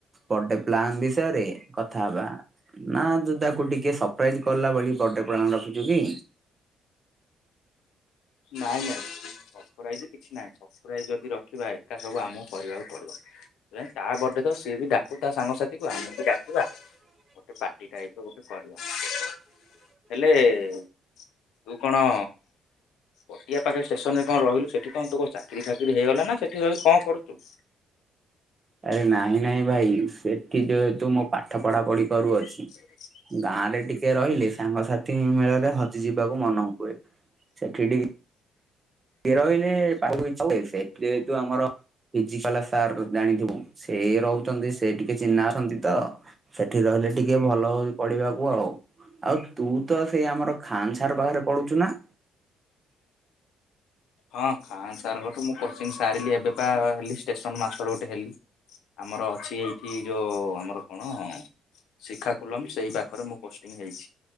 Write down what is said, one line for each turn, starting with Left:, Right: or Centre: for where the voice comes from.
Right: ଗୋଟେ ପ୍ଲାନ୍ ବିଷୟରେ କଥା ହବା ନା ତୁ ତାକୁ ଟିକେ ସରପ୍ରାଇଜ କଲା ଭଳି ବର୍ଡେ ପା ରଖିଛୁ କି?
Left: ନାଇଁ ନାଇଁ ସର୍ପ୍ରାଇଜ କିଛି ନାଇଁ। ସର୍ପ୍ରାଇଜ ଯଦି ରଖିବା ଏକା ସବୁ ଆମକୁ କରିବାକୁ ପଡିବ। ତା ବର୍ଥଡେ ତ ସିଏ ବି ଡାକୁ ତା ସାଙ୍ଗସାଥିକୁ ଆମେ ବି ଡାକ ଗୋଟେ ପାଟି ଟାଇପର କରିବା ହେଲେ ତୁ କଣ ପଟିଆ ପାଖରେ ଷ୍ଟେସନ ରେ କଣ ରହିଲୁ ସେଠି କଣ ତୁ ଚାକିରି ଫାକିରି ହେଇଗଲା ନା ସେଠି ରହି କଣ କରୁଛୁ?
Right: ଆରେ ନାଇଁ ନାଇଁ ଭାଇ ସେଠି ଯେହେତୁ ମୁଁ ପାଠ ପଢାପଢି କରୁଅଛି।
Left: <inaudible>
Right: ଗାଁରେ ଟିକେ ରହିଲେ ସାଙ୍ଗସାଥି ମେଳରେ ହଜିଯିବାକୁ ମନ ହୁଏ ସେଠି ଟିକେ କି ରହିଲେ ପା ଯେହେତୁ ଆମର ପିଜି ବାଲା ସାର୍ ଜାଣିଥିବୁ ସେ ରହୁଛନ୍ତି ସେ ଟିକେ ଚିହ୍ନା ଅଛନ୍ତି ତ ସେଠି ରହିଲେ ଟିକେ ଭଲ ହଉଛି ଟିକେ ପଢିବାକୁ ଆଉ ଆଉ ତୁ ତ ସେଇ ଆମର ଖାନ ସାର ପାଖରେ ପଢୁଛୁ ନା?
Left: ହଁ ଖାନ୍ ସାର୍ ଙ୍କ ଠୁ ମୁଁ କୋଚିଙ୍ଗ ସାରିଲି ଏବେ ପା ହେଲି ଷ୍ଟେସନ ମାଷ୍ଟର ଗୋଟେ ହେଲି। ଆମର ଅଛି ଏଇଠି ଯୋଉ ଆମର କଣ? ଶିଖାକୁଲମ ସେଇ ପାଖରେ ମୁଁ ପୋଷ୍ଟିଂ ହେଇଛି।